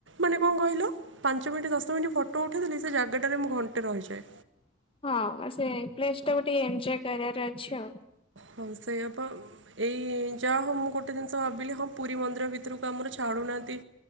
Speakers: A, on the right; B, on the left.
A: ମାନେ କଣ କହିଲ ପାଞ୍ଚ ମିନିଟ୍ ଦଶ ମିନିଟ୍ ଫଟୋ ଉଠାଇଦେଲି ସେ ଜାଗାଟାରେ ମୁଁ ଘଣ୍ଟେ ରହିଯାଏ।
B: ହଁ ସେ ପ୍ଲେସ୍ ଟା ଟିକେ ଏନ୍ଜୟ କରିବାର ଅଛି ଆଉ।
A: ହଁ ସେଇଆପ ଏଇ ଯାହା ହଉ ମୁଁ ଗୋଟେ ଜିନିଷ ଭାବିଲି ହଁ ପୁରୀ ମନ୍ଦିର ଭିତରକୁ ଆମର ଛାୁଡୁନାହାନ୍ତି